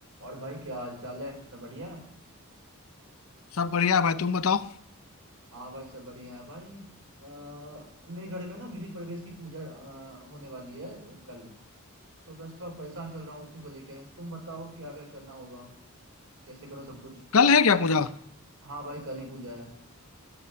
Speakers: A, on the right (about 80°); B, on the left (about 75°).
A: और भाई क्या हाल चाल है सब बढ़िया है
B: सब बढ़िया भाई तुम बताओ
A: हाँ भाई सब बढ़िया है भाई अ, मेरे घर में ना गृह प्रवेश की पूजा अ, होने वाली है कल तो बस थोड़ा परेशान चल रहा हूँ उसी को लेके तुम बताओ क्या क्या करना होगा कैसे करो सब कुछ
B: कल है क्या पूजा
A: हाँ भाई कल ही पूजा है